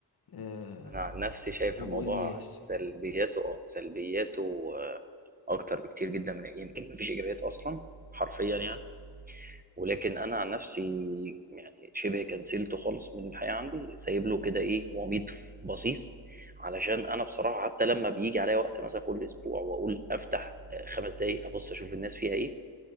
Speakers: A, on the left; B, on the right.
A: آه،
B: <laughs> انا عن نفسي شايف
A: أبو
B: الموضوع
A: إلياس
B: سلبياته اه سلبياته آه، اكتر بكتير جدا من إيه، يمكن مفيش ايجابيات اصلا حرفيا يعني ولكن انا عن نفسي يعني شبه كنسلته خالص من الحياه عندي سايب له كده ايه وميض ف- بصيص علشان انا بصراحه حتى لما بيجي عليا وقت مثلا كل اسبوع واقول افتح آه، خمس دقايق ابص اشوف الناس فيها ايه